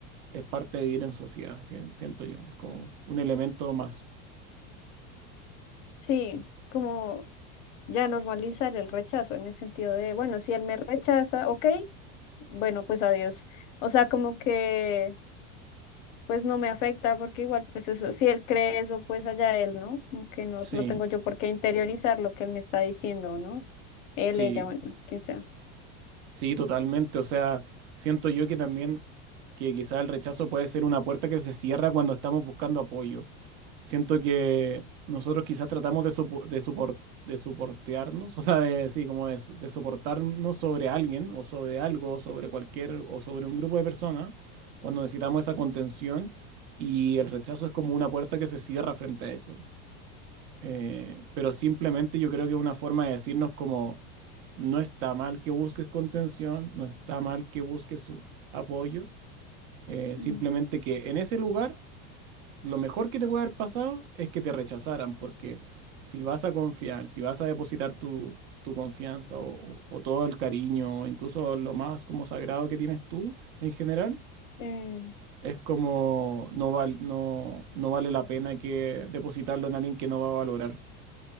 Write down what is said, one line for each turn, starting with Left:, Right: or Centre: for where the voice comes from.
Right: es parte de vivir en sociedad, sien- siento yo. Es como un elemento más.
Left: Sí, como ya normalizar el rechazo en el sentido de, bueno, si él me rechaza, ok, bueno, pues adiós. O sea, como que pues no me afecta porque igual pues eso, si él cree eso, pues allá él, ¿no? Como que no,
Right: Sí,
Left: no tengo yo por qué interiorizar lo que él me está diciendo, ¿no? Él,
Right: sí,
Left: ella, bueno, quien sea.
Right: sí, totalmente. O sea, siento yo que también, que quizás el rechazo puede ser una puerta que se cierra cuando estamos buscando apoyo Siento que nosotros quizás tratamos de, sopo- de, supor- de soportearnos, o sea, de, sí, como de, s- de soportarnos sobre alguien o sobre algo, o sobre cualquier o sobre un grupo de personas, cuando necesitamos esa contención y el rechazo es como una puerta que se cierra frente a eso. Eh, pero simplemente yo creo que es una forma de decirnos como, no está mal que busques contención, no está mal que busques su- apoyo, eh, simplemente
Left: Mm.
Right: que en ese lugar lo mejor que te puede haber pasado es que te rechazaran, porque si vas a confiar, si vas a depositar tu, tu confianza o, o todo el cariño, o incluso lo más como sagrado que tienes tú en general,
Left: Eh,
Right: es como no val- no, no vale la pena que depositarlo en alguien que no va a valorar